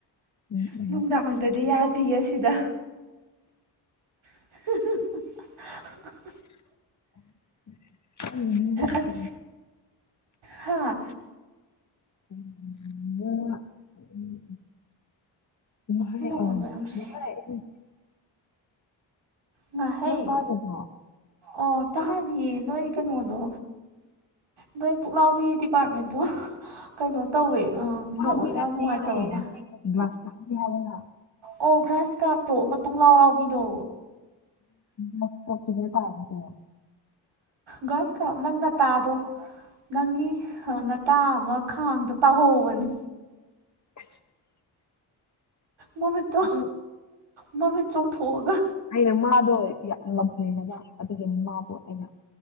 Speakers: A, on the left; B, on the right.
A: ꯎꯝ ꯎꯝ
B: ꯅꯨꯡꯗꯥꯡꯗꯗꯤ
A: ꯑꯩ
B: ꯌꯥꯗꯦꯌꯦ ꯑꯁꯤꯗ <inaudible>
A: <unintelligible> ꯃꯅꯤꯡꯗ
B: ꯑꯁ
A: ꯀꯩ
B: ꯍꯥꯥ
A: ꯎꯝ ꯎꯝ ꯑꯣꯥꯏ
B: ꯅꯪ ꯅꯈꯣꯟꯗꯣ ꯌꯥꯝ ꯁꯤ ꯉꯍꯩ
A: ꯇꯥꯗꯕ꯭ꯔꯣ
B: ꯑꯣ ꯇꯥꯗꯤꯌꯦ ꯅꯣꯏ ꯀꯩꯅꯣꯗꯣ
A: ꯑꯩꯈꯣꯏ
B: ꯅꯣꯏ ꯄꯨ ꯂꯎꯕꯤ ꯗꯤꯄꯥꯔꯃꯦꯟꯇꯕꯨ ꯀꯩꯅꯣ ꯇꯧꯋꯦ
A: ꯐꯥꯎꯕꯤ
B: ꯅ ꯌꯥꯝ
A: ꯅꯠꯇꯦꯃꯦ
B: ꯅꯨꯡꯉꯥꯏꯇꯕ ꯑꯃ
A: ꯒ꯭ꯂꯥꯁ ꯀꯞꯅꯤ ꯍꯥꯏꯕꯅ
B: ꯑꯣ ꯑꯣ ꯒ꯭ꯔꯥꯁ ꯀꯥꯞꯇꯣ ꯃꯇꯨꯡ ꯂꯥꯎ ꯂꯥꯎꯕꯤꯗꯣ
A: ꯀꯆꯒꯦ ꯄꯥꯃꯤ ꯇꯣ
B: ꯒ꯭ꯔꯥꯁ ꯀ꯭ꯔꯥꯞ ꯅꯪꯅ ꯇꯥꯗꯣ ꯅꯪꯒꯤ ꯅꯇꯥ ꯑꯃ ꯈꯥꯡꯗ ꯇꯥꯎꯍꯧꯕꯅꯤ
A: <inaudible>
B: ꯃꯃꯤꯠꯇꯣ
A: ꯑꯗꯨ
B: ꯃꯃꯤꯠ ꯆꯣꯡꯊꯣꯛꯑꯒ
A: ꯑꯩꯅ ꯃꯥꯗꯣ ꯌꯥꯝ ꯉꯝꯍꯜꯒ ꯑꯗꯨꯒꯤ ꯃꯥꯕꯨ ꯑꯩꯅ